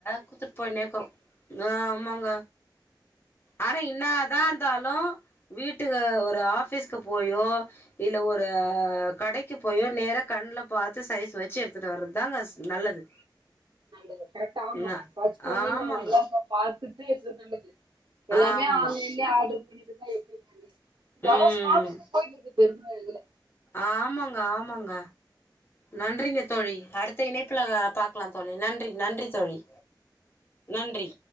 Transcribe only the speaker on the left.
குத்துட்போய்னேக்குறோ ஆ ஆமாங்க ஆனா இன்னா தா ந்தாலு வீட்டுக்கு ஒரு ஆஃபீஸ்க்கு போயோ இல்ல ஒரு கடைக்கி போயோ நேரா கண்ல பாத்து சைஸ் வச்சு எடுத்துட்டு வர்றதாங்க நல்லது
ந
ஆமாங்க
ஆமா
ம்
ஆமாங்க ஆமாங்க நன்றிங்க தோழி அடுத்த இணைப்புல பாக்லா தோழி நன்றி நன்றி தோழி நன்றி